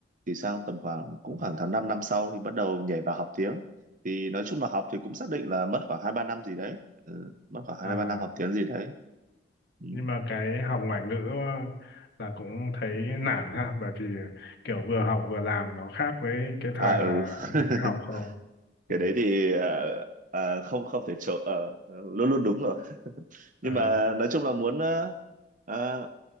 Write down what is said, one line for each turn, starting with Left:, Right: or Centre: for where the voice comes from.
Right: thì sang tầm khoảng cũng
Left: ờ.
Right: khoảng tháng 5 năm năm sau thì bắt đầu nhảy vào học tiếng thì nói chung là học thì cũng xác định là mất khoảng hai ba năm gì đấy ừ, mất khoảng
Left: à,
Right: hai ba năm học tiếng gì đấy ừ.
Left: nhưng mà cái học ngoại ngữ ờ, là cũng thấy nản ha, bởi vì kiểu vừa học vừa làm nó khác với cái thời
Right: à ừ
Left: là
Right: <laughs>
Left: chỉ học không. Ừ.
Right: cái đấy thì ờ, ờ, không không thể trộn ờ, luôn luôn đúng rồi
Left: ờ.
Right: nhưng mà nói chung là muốn ờ, ờ,